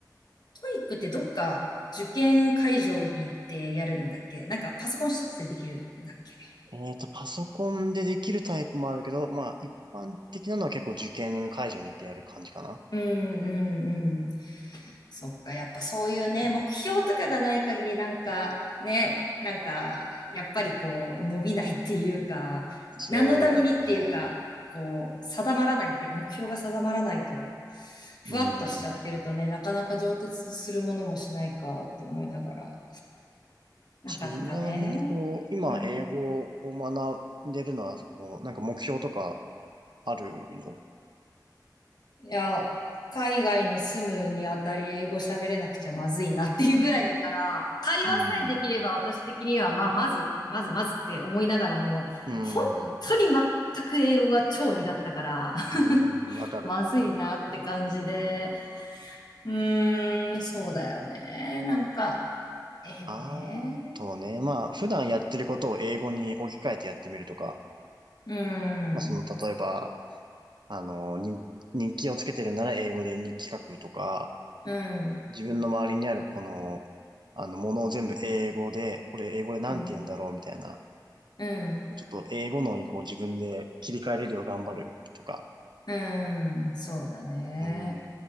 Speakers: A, on the left; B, on the right.
A: トイックってどっか受験会場に行ってやるんだっけなんかパソコン一つでできるんだっけ
B: えっと、パソコンでできるタイプもあるけど、まあ、一般的なのは結構受験会場に行ってやる感じかな。
A: うんうんうん。そっか、やっぱそういうね、目標とかがない限りなんかね、なんかやっぱりこう伸びないっていうか、
B: そうね。
A: 何のためにっていうか、こう定まらないっていうか、目標が定まらないと、ふわっとしちゃってるとね、
B: うん。
A: なかなか上達するものもしないかって思いながら、なかなかね、
B: ちなみにこう、今英語を学んでるのは、
A: うん。
B: こう、なんか目標とかあるの
A: いや、海外に住むにあたり英語喋れなくちゃまずいなっていうぐらいだから、会話さえできれば私的には、
B: うん。
A: まあ、まず、まずまずって思いながらも、
B: うん。
A: 本当に全く英語が超苦手だから、
B: う
A: <laughs>
B: ん、わかる。
A: まずいなって感じで、うーん、そうだよね。なんか、英語ね。
B: あとね、まあ、普段やってることを英語に置き換えてやってみるとか、
A: うーん、
B: まあ、その、例えば、あの、に日記をつけてるなら英語で日記書くとか、
A: うん、
B: 自分の周りにあるこの、あの、ものを全部英語で、これ英語でなんて言うんだろうみたいな、
A: うん、うん、
B: ちょっと英語のにこう自分で切り替えれるよう頑張るとか、
A: うん、そうだね。
B: うん、